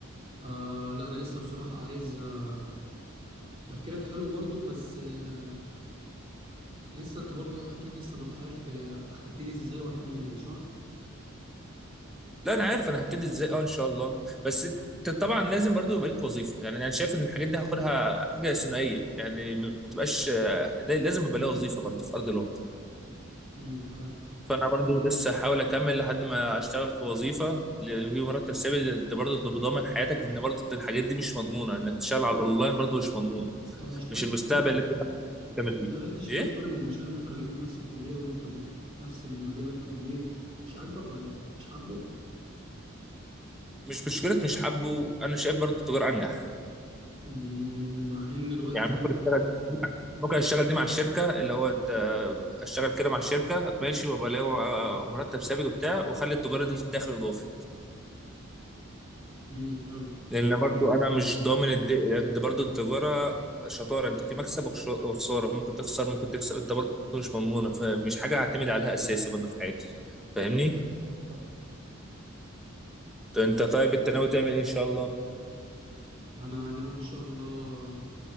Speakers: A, on the right (about 25°); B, in the centre.
A: آه لا انا لسه بصراحه عايز آه، تفكيرك حلو برضو بس آه لسه انت برضو اكيد لسه متحير في هتبتدي ازاي وهتعمل ايه صح
B: لا أنا عارف أنا هبتدي إزاي أه إن شاء الله بس أنت طبعا لازم برضه يبقى ليك وظيفة يعني أنا شايف إن الحاجات دي هاخدها حاجة ثنائية يعني ما تبقاش ده لازم يبقى لها وظيفة برضه في أرض الواقع
A: امم حلو
B: فانا برضو لسه هحاول اكمل لحد ما اشتغل في وظيفه اللي فيه مرتب ثابت انت برضو تبقى ضامن حياتك لان برضو الحاجات دي مش مضمونه انك تشتغل على الاونلاين برضو مش مضمون
A: طب ما اشتغلتش
B: مش المستقبل اللي انت تعمل
A: ما اشتغلتش
B: فيه ايه
A: ليه مبرمج مش احنا متخرجين من نفس الكلية وانت م- نفس المجال طب ليه مش عاجبك ولا ايه مش حابه
B: مش مشكله مش حابه انا شايف برضو التجاره انجح
A: مم، مع ان الوقت
B: يعني ممكن اشتغل ممكن اشتغل دي مع الشركه اللي هو ت- اشتغل كده مع الشركه ماشي وابقى ليا آه، مرتب ثابت وبتاع واخلي التجاره دي دخل اضافي
A: مم، حلو
B: لان برضو انا مش ضامن الد- قد برضو التجاره شطاره انت في مكسب وخش- وخساره ممكن تخسر ممكن تكسب انت برضو مش مضمونه فمش حاجه هعتمد عليها اساسي برضو في حياتي فاهمني
A: آه.
B: طب انت طيب انت ناوي تعمل ايه ان شاء الله
A: انا ناوي ان شاء الله